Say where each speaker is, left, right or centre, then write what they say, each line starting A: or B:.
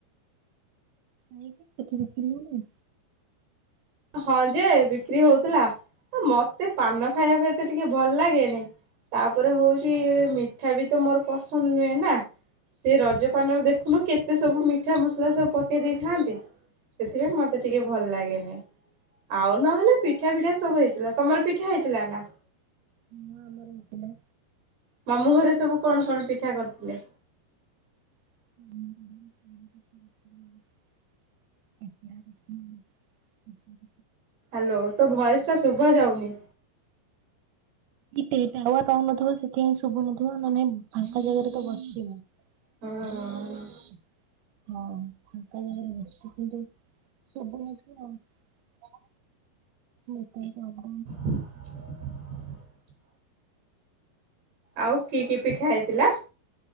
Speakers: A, on the right; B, on the right.
A: ନାଇଁ ତ ସେଠି ବିକ୍ରି ହଉନି?
B: ହଁ ଯେ ବିକ୍ରି ହଉଥିଲା ମୋତେ ପାନ ଖାଇବାକୁ ଏତେ ଟିକେ ଭଲ ଲାଗେନି। ତାପରେ ହଉଛି ମିଠା ବି ତ ମୋର ପସନ୍ଦ ନୁହେଁ ନା। ସେ ରଜ ପାନରେ ଦେଖୁନୁ କେତେ ସବୁ ମିଠା ମସଲା ସବୁ ପକେଇ ଦେଇଥାନ୍ତି ସେଥିପାଇଁ ମୋତେ ଟିକେ ଭଲ ଲାଗେନି। ଆଉ ନହେଲେ ପିଠା ପିଠା ସବୁ ହେଇଥିଲା। ତମର ପିଠା ହେଇଥିଲା ନା?
A: ହଁ ଆମର ହେଇଥିଲା।
B: ମାମୁଁ ଘରେ ସବୁ କଣ କଣ ପିଠା କରିଥିଲେ?
A: ମାମୁଁ ଘରେ ପୋଡ଼ ହେଇଥିଲା। ଏଟ <unintelligible> ହୁ୍ <unintelligible>
B: ହ୍ୟାଲୋ। ତୋ ଭଏସ ଟା ଶୁଭା ଯାଉନି।
A: କି ଟେ ଟାୱାର ପାଉନଥିବ ସେଥିପାଇଁ ହିଁ ଶୁଭୁନଥିବ ନନେ ଫାଙ୍କା ଜାଗାରେ ତ ବସିଛିି ମୁଁ ।
B: ହୁଁ।
A: ହୁଁ। ହଁ ଫାଙ୍କା ଜାଗାରେ ବସିକିରି ସବୁନଥିବ ଆଉ ନେଟୱାର୍କ
B: <inaudible> ଆଉ କି କି ପିଠା ହେଇଥିଲା?